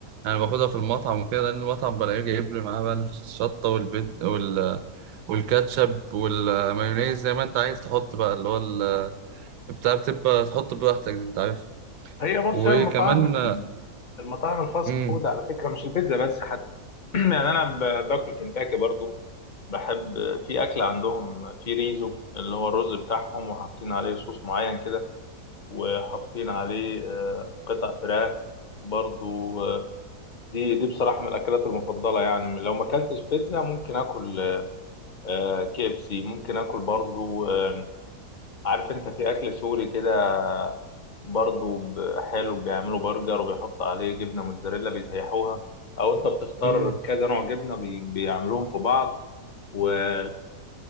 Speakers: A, on the right (about 80°); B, on the left (about 55°).
A: انا باخدها في المطعم وكده لان المطعم بلاقيه جايب لي معاه بقى الشطه والبيت وال والكاتشب والمايونيز زي ما انت عايز تحط بقى اللي هو ال- بتاع بتبقى تحط براحتك دي انت عارف
B: هي بص
A: وكمان
B: هي المطاعم المطاعم الفاست
A: امم
B: فود على فكرة مش البيتزا بس حتى <clears throat> يعني أنا ب- باكل كنتاكي برضو بحب في أكل عندهم في ريزو اللي هو الرز بتاعهم وحاطين عليه صوص معين كده وحاطين عليه آه، قطع فراخ برضو آه، دي دي بصراحة من الأكلات المفضلة يعني لو ما أكلتش بيتزا ممكن آكل آه، كي إف سي ممكن آكل برضو آه، عارف أنت في أكل سوري كده برضو ب- حلو بيعملوا برجر وبيحط عليه جبنة موتزاريلا بيسيحوها أو أنت بتختار
A: امم
B: كذا نوع جبنة بي... بيعملوهم في بعض وفهمني